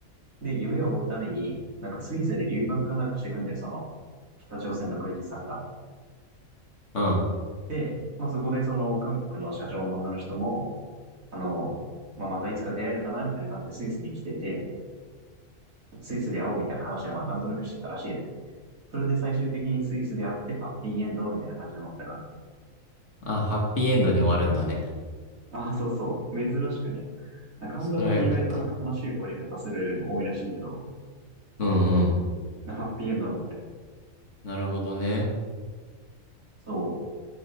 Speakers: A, on the right; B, on the left.
A: で、夢を追うために、なんかスイスに留学かなんかしていくんだよ、その北朝鮮の軍人さんが。
B: うん。
A: で、まあそこでその韓国の社長の女の人も、あの、まあまたいつか出会えるかなみたいな感じでスイスに来てて、スイスで会おうみたいな話はまあなんとなくしてたらしいね。それで最終的にスイスで会ってハッピーエンドみたいな感じで終わったか
B: あ、ハッピーエンドに終わるんだね。
A: ら。ああ、そうそう。珍しくね。カンドラって意外となんか悲しい終わり方するの多いらしいけど、
B: それはよかった。うんうん。
A: ハッピーエンドだったね。
B: なるほどね。
A: そ